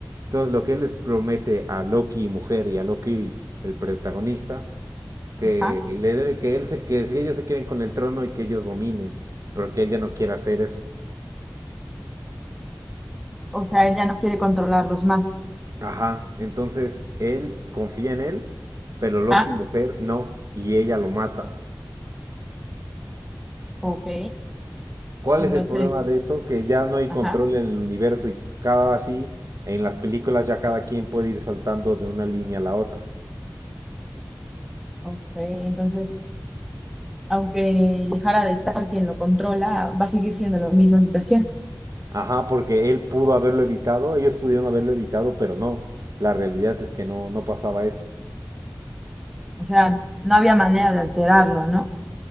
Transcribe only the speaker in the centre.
ajá.
O sea, él ya no quiere controlarlos más.
Ah,
ok.
Entonces,
ajá,
ok. Entonces, aunque dejara de estar quien lo controla, va a seguir siendo la misma situación.
O sea, no había manera de alterarlo, ¿no?